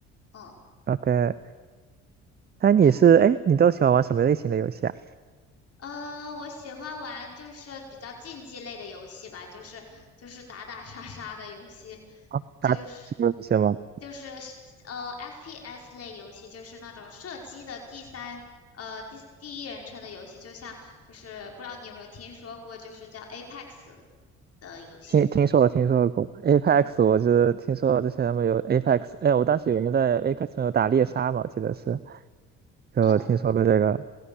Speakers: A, on the left; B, on the right.
A: 嗯，
B: ，OK，那你是，
A: 那
B: 哎，你都喜欢玩什么类型的游戏啊？
A: 呃，我喜欢玩就是比较竞技类的游戏吧，就是就是打打杀杀的游戏，
B: 啊，打什么游戏吗？
A: 就是就是呃 FPS 类游戏，就是那种射击的第三呃第第一人称的游戏，就像就是不知道你有没有听说过，就是叫 Apex 的游戏。
B: 听听说了，听说过 Apex，我是听说了之前他们有 Apex，哎，我当时有人在 Apex 上有打猎杀嘛，我记得是，就听说过这个，
A: 嗯